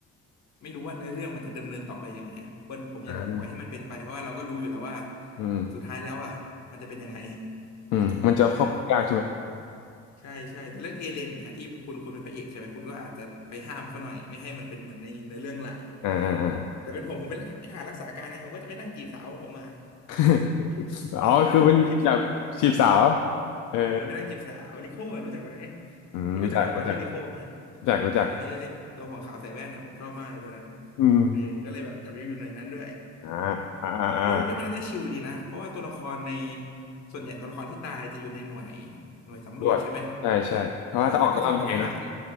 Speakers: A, on the left (about 65°); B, on the left (about 80°).
A: ไม่รู้ว่าเนื้อเรื่องมันจะดำเนินต่อไปยังไงอะคนผมอยากปล่อยให้มันเป็นไปเพราะว่าเราก็รู้อยู่แล้วว่า
B: อ่าอืม
A: สุดท้ายแล้วอ่ะมันจะเป็นยังไง
B: อืมมันจะควบคุมยากใช่ไหม
A: เออแล้ว ใช่ใช่แต่เรื่องเอเลนเนี่ยที่คุณคุณเป็นพระเอกใช่ไหมคุณก็อาจจะไปห้ามเขาหน่อยไม่ให้มันเป็นเหมือนในในเรื่องหลัก
B: อ่าอ่าอ่า
A: แต่เป็นผมผมเป็นทหารรักษาการเนผมก็จะไปนั่งจีบสาวของผมมา
B: <laughs> อ๋อคือเป็นอยากจีบสาว
A: เออแล้วก็ไปชิวๆเออไปนั่งจีบสาวลิโก้อะรู้จักไหม
B: เอออืมรู้จักรู้จัก
A: คุณรู้จักตัวละครชื่อลิโก้ไหม
B: รู้จักรู้จัก
A: เออไอตัวหัวขาวใส่แว่นอ่ะผมชอบมากเลยตัวนั้น
B: อืม
A: เออก็เลยแบบอยากไปอยู่หน่วยนั้นด้วย
B: อ่าอ่าอ่าอ่า
A: พี่ว่าพี่ว่ามันน่าจะชิลดีนะเพราะว่าตัวละครในส่วนใหญ่ตัวละครที่ตายจะอยู่ในหน่วยหน่วยสำรวจใช่ไหม
B: รวดใช่ใช่เพราะว่าถ้าออกก็ต้องแพงเนอะ
A: เออแล้วก็สารวัตรทหาร